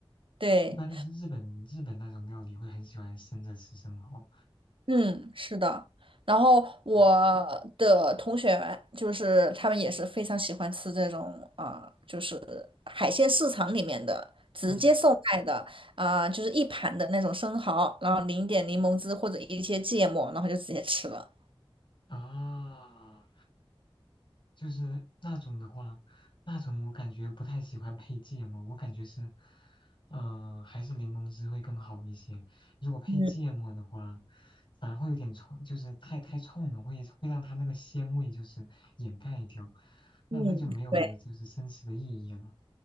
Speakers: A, on the right (about 60°); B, on the left (about 55°).
A: 对，
B: 一般都是日本日本那种料理会很喜欢生着吃生蚝。
A: 嗯，是的。然后我
B: 嗯
A: 的同学就是他们也是非常喜欢吃这种啊、海鲜市场里面的直接售卖的啊、
B: 嗯
A: 就是一盘的那种生蚝，然后淋一点柠檬汁或者一些芥末，然后就直接吃了。
B: 啊，就是那种的话，那种我感觉不太喜欢配芥末，我感觉是，呃，还是柠檬汁会更好一些。如果配芥末的话，
A: 嗯
B: 反而会有点冲，就是太太冲了，会会让它那个鲜味就是掩盖掉，那那就没有就是真实的意义了。
A: 嗯，对